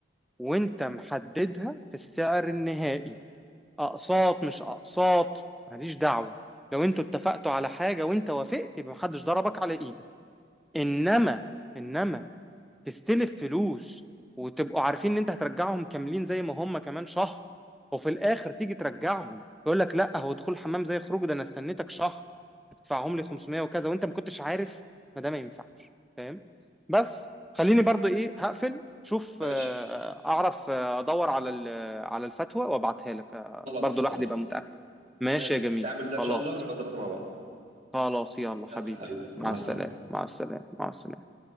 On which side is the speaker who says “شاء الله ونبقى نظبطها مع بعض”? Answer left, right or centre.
Right